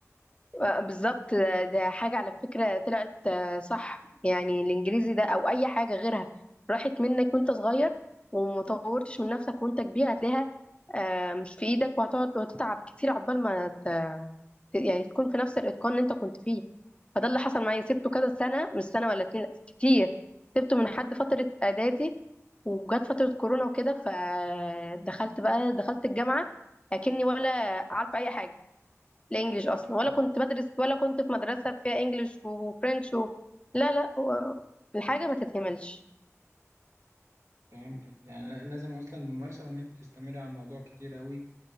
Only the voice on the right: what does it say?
آه
فهمتك يعني لا- لازم أصلا الممارسة وإن أنت تستمري على الموضوع كتير أوي